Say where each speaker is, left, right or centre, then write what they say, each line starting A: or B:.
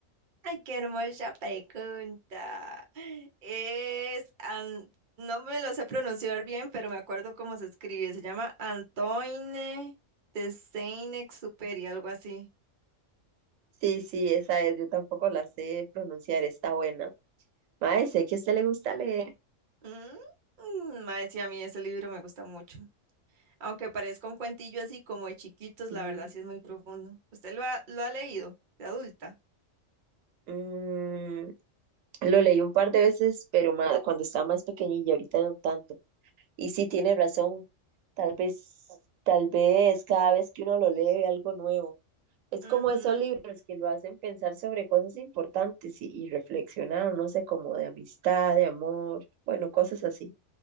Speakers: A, on the right (about 45°); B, on the right (about 85°).
A: Ay, qué hermosa pregunta. Es, an- no me lo sé pronunciar bien, pero me acuerdo cómo se escribe. Se llama Antoine de Saint-Exupéry, algo así.
B: Sí, sí, esa es. Yo tampoco la sé pronunciar. Está buena. Mae, sé que a usted le gusta leer.
A: Mm, mm, mae, sí, a mí ese libro me gusta mucho. Aunque parezca un cuentillo así como de chiquitos,
B: Sí.
A: la verdad sí es muy profundo. ¿Usted lo ha, lo ha leído de adulta?
B: Mm, Lo leí un par de veces, pero ma- cuando estaba más pequeñilla, ahorita no tanto. Y sí, tiene razón. Tal vez, tal vez cada vez que uno lo lee ve algo nuevo. Es
A: Ujú.
B: como esos libros que lo hacen pensar sobre cosas importantes y, y reflexionar, no sé, como de amistad, de amor, bueno, cosas así.